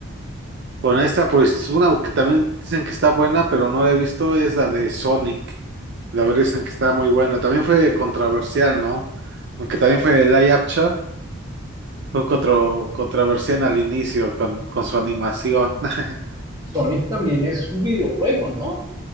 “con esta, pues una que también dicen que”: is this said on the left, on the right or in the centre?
Right